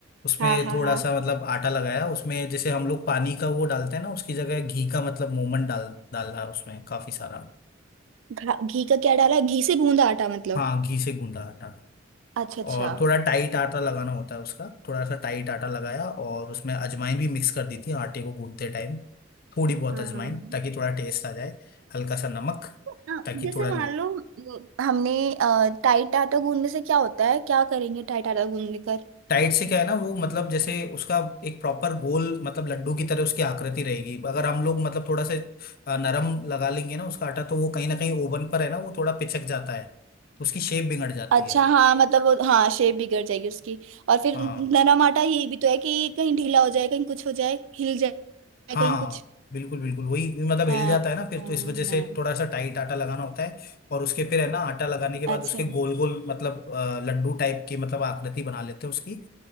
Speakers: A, on the left (about 45°); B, on the right (about 75°).
A: उसमें
B: हाँ हाँ
A: थोड़ा
B: हाँ
A: सा मतलब आटा लगाया उसमें जैसे हम लोग पानी का वो डालते हैं ना उसकी जगह घी का मतलब मोमन डाल डाला उसमें काफी सारा
B: घा- घी का क्या डाला घी से गूंदा आटा मतलब
A: हाँ घी से गूंदा आटा
B: अच्छा अच्छा
A: और थोड़ा टाइट आटा लगाना होता है उसका थोड़ा सा टाइट आटा लगाया और उसमें अजवाइन भी मिक्स कर दी थी आटे को गूंदते टाइम थोड़ी बहुत
B: हाँ
A: अजवाइन
B: हाँ हाँ
A: ताकि थोड़ा टेस्ट आ जाए हल्का सा नमक
B: अ,
A: ताकि
B: जैसे
A: थोड़ा
B: मान लो अ, हमने अ, टाइट आटा गूंदने से क्या होता है क्या करेंगे टाइट आटा गूंदने कर
A: टाइट से क्या है ना वो मतलब जैसे उसका एक प्रॉपर गोल मतलब लड्डू की तरह उसकी आकृति रहेगी अगर हम लोग मतलब थोड़ा से अ, नरम लगा लेंगे ना उसका आटा तो वो कहीं ना कहीं ओवन पर है ना वो थोड़ा पिचक जाता है तो उसकी शेप बिगड़ जाती
B: अच्छा
A: है
B: हाँ मतलब वो हाँ शेप बिगड़ जाएगी उसकी और फिर
A: हाँ
B: नरम आटा ये भी तो है कि कहीं ढीला हो जाए कहीं कुछ हो जाए हिल जाए
A: हाँ
B: कहीं कुछ
A: बिल्कुल बिल्कुल वही मतलब
B: हाँ
A: हिल जाता है ना फिर
B: हाँ
A: तो इस वजह से
B: हाँ,
A: थोड़ा सा टाइट आटा लगाना होता है और उसके फिर है ना आटा लगाने के बाद
B: अच्छा
A: उसके गोल गोल मतलब अ, लड्डू टाइप की मतलब आकृति बना लेते हैं उसकी